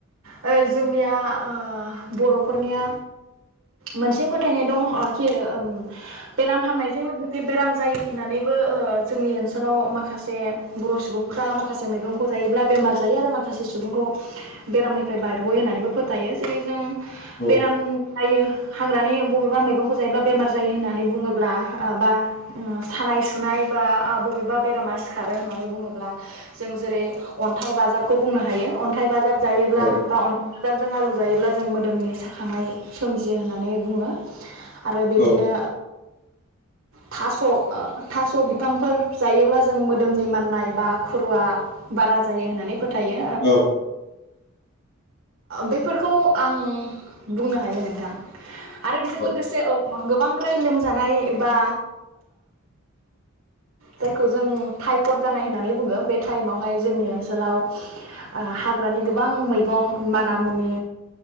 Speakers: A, on the right; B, on the left.
A: ओ जोंनिया ओ बर'फोरनिया मोनसे फोथायनाय दं कि ओं बेराम हामनायजों लोगोसे बेराम जायो होननानैबो ओ जोंनि ओनसोलाव माखासे बर' सुबुंफ्रा माखासे मैगंखौ जायोब्ला बेमार जायो आरो माखा खासे सुबुंखौ बेरामनिफ्राय बारग'यो होननानैबो फोथायो जेरै जों
B: औ
A: बेेराम जायो हाग्रानि बबेबा मैगंखौ जायोब्ला बेमार जायो होननानै बुङोब्ला ओ बा सानाय सुनाय बा बबेबा बेरामा सिखारो होननानै बुङोब्ला जों जेरै अन्थाइ बाजाब खौ बुंनो हायो अन्थाइ बाजाब जायोब्ला
B: औ
A: बा अनथाइ बाजाबजों आलु जायोब्ला जों मोदोमनि साखांनाय सोमजियो होननानै बुङो। आरो बिदिनो
B: औ
A: थास' थास' बिफांफोर जायोब्ला जों मोदोमनि माननाय बा खुरुआ बारा जायो होननानै फोथायो।
B: औ
A: बेफोरखौ आं बुंनो हायो नोंथां आरो बेजों
B: औ
A: लोगोसे ओ गोबांद्राय लोमजानाय बा जायखौ जों ओ टाइफड जानाय होननानै बुङो बे टाइमावहाय जोंनि ओनसोलाव हाग्रानि गोबां मैगं माना मुनि